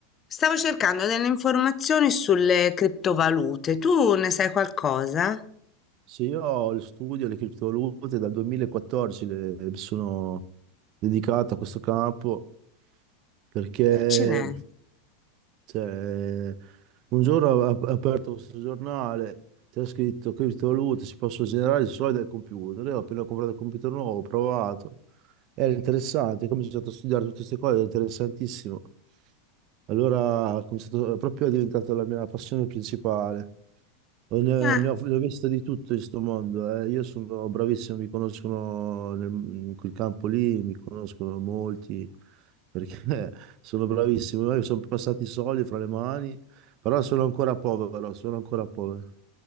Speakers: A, on the left; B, on the right.
A: Stavo cercando delle informazioni sulle criptovalute. Tu ne sai qualcosa?
B: Sì, io ho il studio, le criptovalute dal 2014 le- mi sono dedicato a questo campo perché
A: Accidenti.
B: cioè, un giorno ho ap- aperto questo giornale, c'era scritto criptovalute si possono generare solo dal computer. Io ho appena comprato il computer nuovo, ho provato, era interessante, ho cominciato a studiare tutte queste cose, era interessantissimo. Allora ho cominciato, proprio è diventata la mia passione principale. Oh, Ne,
A: Eh.
B: ne ho, ne ho viste di tutto in questo mondo. eh. Io sono bravissimo, mi conoscono nel- in quel campo lì, mi conoscono molti perché <laughs> sono bravissimo. Io sono passati i soldi fra le mani, però sono ancora povero, sono ancora povero.